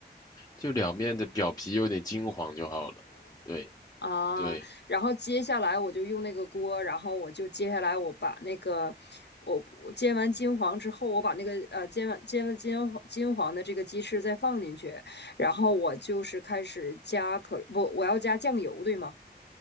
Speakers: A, on the left; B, on the left.
A: 就两面的表皮有点金黄就好了。对
B: 啊，
A: 对。
B: 然后接下来我就用那个锅，然后我就接下来我把那个我我煎完金黄之后，我把那个呃煎完煎了金黄金黄的这个鸡翅再放进去，然后我就是开始加可不我要加酱油对吗？